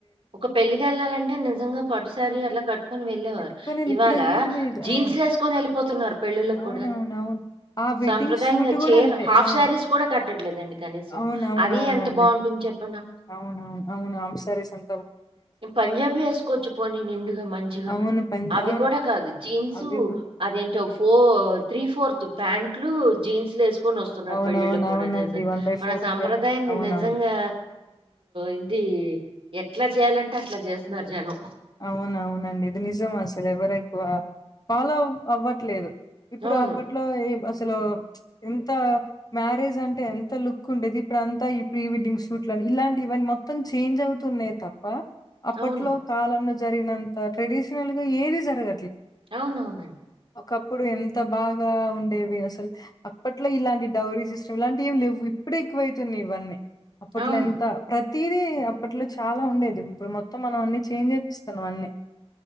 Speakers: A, on the right (about 55°); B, on the left (about 35°).
A: ఒక పెళ్లికి వెళ్ళాలంటే నిజంగా పట్టుశారి అలా కట్టు కొని వెళ్ళేవారు
B: కట్టుకోలేము.
A: ఇవాళ
B: ఇప్పుడు అయ్యేం లేదు.
A: జీన్స్
B: అవును.
A: లేసుకొని వెళ్ళిపోతున్నారు పెళ్ళిళ్ళకి
B: అవునవునవును.
A: కూడా
B: ఆ వెడ్డింగ్
A: సాంప్రదాయంగా
B: షూట్ గూడా
A: చీర్
B: అంతే.
A: హాఫ్
B: ఆ!
A: శారీస్ కూడా కట్టట్లేదండి కనీసం
B: అవునవునవునండి.
A: అది ఎంత బాగుంటుంది చెప్
B: అవునవును అవును హాఫ్ సారిస్ అం
A: పంజాబీ వేసుకోవచ్చు పోనీ నిండుగా మంచిగా
B: అవును. పం
A: అవి
B: అవును.
A: కూడా కాదు జీన్సు
B: అవి గూడా
A: అదేంటో ఫోర్ త్రీ ఫోర్త్ ప్యాం ట్లు జీన్స్లు ఎసుకొని వస్తున్నారు
B: అవునవునవునండి.
A: పెళ్ళిళ్ళకి కూడా నిజం మన సాంప్రదాయాన్ని
B: ఇవన్నీ అవునవును.
A: నిజంగా ఇంది ఎట్లా చేయాలంటే అట్లా చేస్తున్నారు జనం
B: అవునవునండి ఇది నిజం అసలు ఎవరేక్కువ ఫాలో అవ్వట్లేదు ఇప్పుడు
A: అవును.
B: అప్పట్లో ఏ అసలు ఎంత మ్యారేజ్ అంటే ఎంత లుక్ ఉండేది ఇప్పుడు అంతా ఈ ప్రీ వెడ్డింగ్ షూట్లని ఇలాంటి ఇవన్ మొత్తం చేంజ్ అవుతున్నయ్ తప్ప అప్పట్లో
A: అవును.
B: కాలంలో జరిగినంత ట్రెడిషనల్ గా ఏది జరగ
A: అవునవునండి
B: ఒకప్పుడు ఎంత బాగా ఉండేవి అసలు అప్పట్లో ఇలాంటి డౌరీ సిస్టమ్ ఇలాంటి ఏమి లెవ్వు ఇప్పుడు ఎక్కువవుతన్నయ్ ఇవన్నీ అప్పట్లో
A: అవును.
B: ఎంత ప్రతీదీ అప్పట్లో చాలా ఉండేది ఇప్పుడు మొత్తం మనం అన్ని చేంజేపిస్తానం అన్నీ